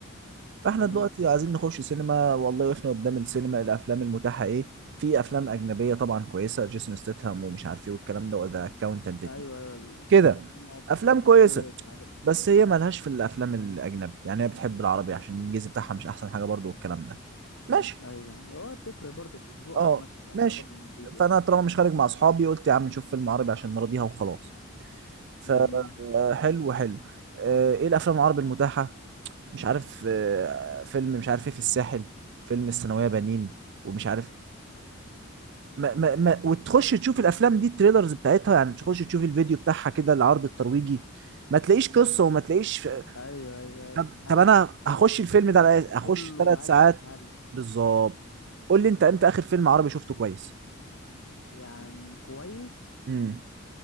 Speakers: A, on the right; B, on the left.
A: فاحنا
B: جميل
A: دلوقتي عايزين نخش سينما والله وقفنا قدام السينما الافلام المتاحه ايه في افلام اجنبيه طبعا كويسه جيسون ستيتهام ومش عارف ايه والكلام ده وذا اكاونتنت
B: ايوه ايوه
A: كده
B: الافلام هو فاست
A: افلام
B: اند
A: كويسه
B: فيوريوس والحاجات دي
A: بس هي ملهاش في الافلام الاجنبي يعني هي بتحب العربي عشان الانجليزي بتاعها مش احسن حاجه برضو والكلام ده ماشي
B: ايوه ايوه هو بتفرق برضه في الذوق
A: اه
B: عامه مالهاش
A: ماشي
B: علاقه بالانجليزي
A: فانا
B: قد كده
A: طالما مش خارج مع اصحابي قلت يا عم نشوف فيلم عربي عشان نراضيها وخلاص فحلو
B: جميل
A: حلو آه، ايه الافلام العربي المتاحه مش عارف آه، فيلم مش عارف ايه في الساحل فيلم الثانويه بنين ومش عارف ما ما ما وتخش تشوف الافلام دي التريلرز بتاعتها يعني تخش تشوف الفيديو بتاعها كده العرض الترويجي ما تلاقيش قصه وما تلاقيش
B: ايوه ايوه ايوه
A: طب
B: هلس
A: طب انا هخش الفيلم ده على إيه؟
B: كله
A: هخش ثلاث
B: هلس
A: ساعات
B: في هلس
A: بالظبط قول لي انت امتى اخر فيلم عربي شفته كويس
B: يعني كويس
A: مم.